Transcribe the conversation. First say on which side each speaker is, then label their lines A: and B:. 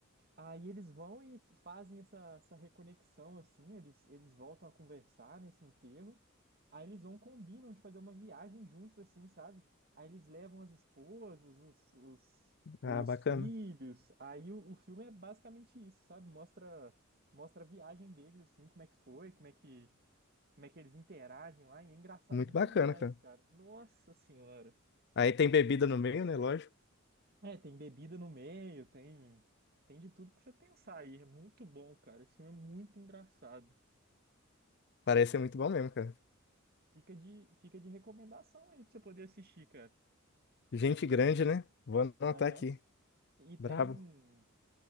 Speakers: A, on the right (about 50°); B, on the left (about 55°).
A: Aí eles vão e f- fazem essa, essa reconexão, assim, eles, eles voltam a conversar nesse enterro, aí eles vão, combinam de fazer uma viagem juntos, assim, sabe? Aí eles levam as esposas, os, os, os
B: Ah, bacana.
A: filhos, aí o, o filme é basicamente isso, sabe? Mostra, mostra a viagem deles, assim, como é que foi, como é que, como é que eles interagem lá, e é engraçado
B: Muito
A: demais,
B: bacana, cara.
A: cara. Nossa Senhora!
B: Aí tem bebida no meio, né? Lógico.
A: É, tem bebida no meio, tem tem de tudo que você pensar aí. É muito bom, cara. Esse filme é muito engraçado.
B: Parece ser muito bom mesmo, cara.
A: Fica de fica de recomendação aí pra você poder assistir, cara.
B: Gente grande, né? Vou anotar
A: Aham.
B: aqui.
A: E tem
B: Brabo.